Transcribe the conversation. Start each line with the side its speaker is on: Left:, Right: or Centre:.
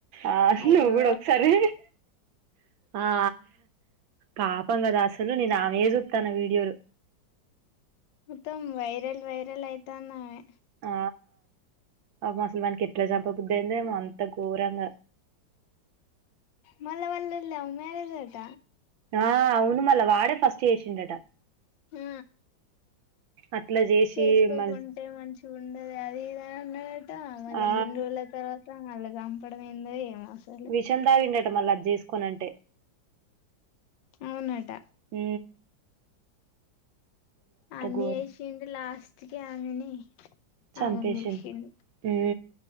Right: ఆ
Left: అయ్యో
Right: నువ్వు కూడా ఒకసారి ఆ పాపం కదా అసలు నేను ఆమె చూస్తాను వీడియోలు
Left: ఉత్తమ్ వైరల్ వైరల్ అయితాన్నావే
Right: ఆ అ ముసలుమానికి ఎట్లా చంపకదు అయిందేమో అంత ఘోరంగా
Left: మళ్ళ వళ్ళది లవ్ మ్యారేజ్ ఆట
Right: ఆ అవును మళ్ళా వాడే ఫస్ట్ చేసిండట
Left: ఆ
Right: అట్లా చేసి
Left: చేసుకోకుంటే
Right: మళ్
Left: మంచి ఉండదు అది ఇదని అన్నాడట మళ్ళ
Right: ఆ
Left: గన్ని రోజుల తర్వాత అలాగ చంపడం అయిందో ఏమో అసలు
Right: విషయం తాగిందట మళ్ళ అది చేసుకోనంటే
Left: అవునట
Right: హ
Left: అన్ని
Right: ఘోరం
Left: వేసిడు లాస్ట్ టి ఆమెని
Right: చంపేసిండు
Left: ఆగం చేసిండు